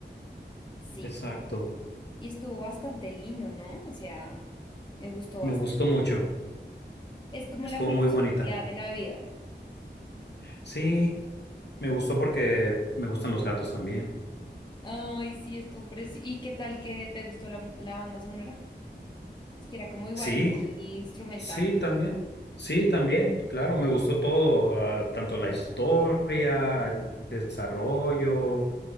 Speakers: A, on the left; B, on the left.
A: sí.
B: exacto.
A: Y estuvo bastante lindo, ¿no? O sea, me gustó
B: Me
A: bastante.
B: gustó mucho.
A: Es como
B: Estuvo
A: la filosofía
B: muy bonita.
A: de la vida.
B: Sí, me gustó porque me gustan los gatos también.
A: Ay, sí, estuvo precioso. ¿Y qué tal que te gustó la, la banda sonora? Pues que era como igual
B: Sí,
A: muy instrumental.
B: sí, también. Sí, también. Claro, me gustó todo, ah, tanto la historia, el desarrollo.